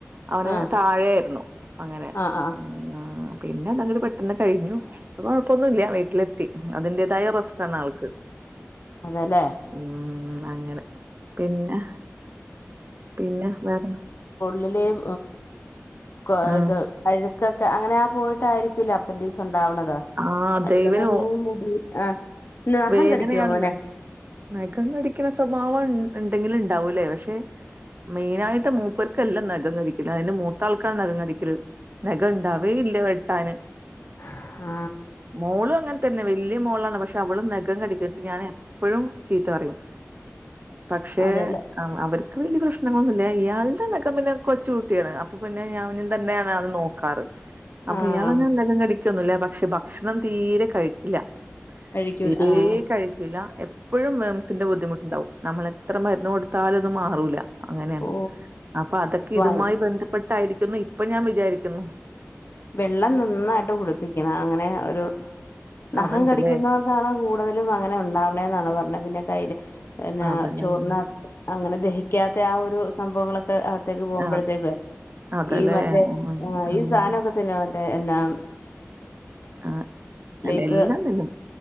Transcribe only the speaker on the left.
ആ
ആ ആ
ലേ
ലിലേം കൊയ്ത്
അഴുക്കൊക്കെ അങ്ങനാ പോയിട്ടായിരിക്കൂല്ലേ അപ്പൻഡിക്സ് ഉണ്ടാവണത്
അഴുക്കെന്ന്
പറഞ്ഞാ
മുടി ആഹ് നഹം
കടിയ്ക്കോ മോന്
ഉംഹ്
അതെല്ലേ
ആഹ്
കഴിക്കൂല
ആഹ്
ഓ
വൈ
വെള്ളം നന്നായിട്ട് കുടിപ്പിക്കണം അങ്ങനെ ഒരു നഹം
കടിക്കുന്നവർക്കാണ് കൂടുതലും അങ്ങനെ ഉണ്ടാവണെന്നാണ് പറഞ്ഞെ പിന്നെ കയ്ല് പിന്നെ
ചോറിനാത്ത്
അങ്ങനെ ദഹിക്കാത്ത ആഹ് ഒരു സംഭവങ്ങളൊ ആഹ് അകത്തേക്ക് പോമ്പഴത്തേക്ക്
ഈ മറ്റേ
ഈ സാനമൊ തിനാത്തെ എല്ലാം
ലേസ്